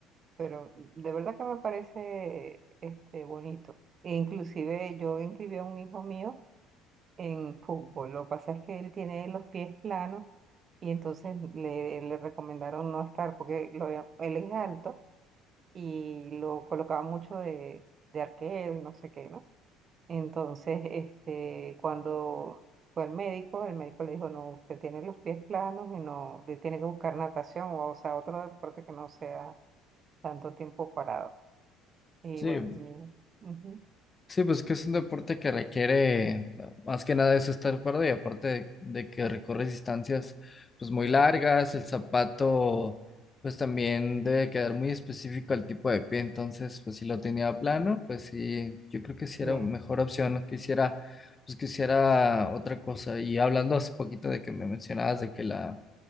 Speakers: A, on the right; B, on the left.
A: pero de verdad que me parece este bonito. E inclusive yo inscribí a un hijo mío en fútbol. Lo que pasa es que él tiene los pies planos y entonces le, le recomendaron no estar porque lo había- él es alto y lo colocaba mucho de, de arquero y no sé qué, ¿no? Entonces, este, cuando fue al médico, el médico le dijo, no, usted tiene los pies planos y no, usted tiene que buscar natación o, o sea, otro deporte que no sea tanto tiempo parado. Y
B: Sí,
A: bueno, mi- ujú,
B: Sí, pues que es un deporte que requiere eh, más que nada eso estar parado y aparte de, de que recorres distancias pues muy largas, el zapato pues también debe quedar muy específico al tipo de pie, entonces pues si lo tenía plano, pues sí, yo creo que sí
A: sí,
B: era mejor opción, que hiciera pues que hiciera otra cosa y hablando hace poquito de que me mencionabas de que la,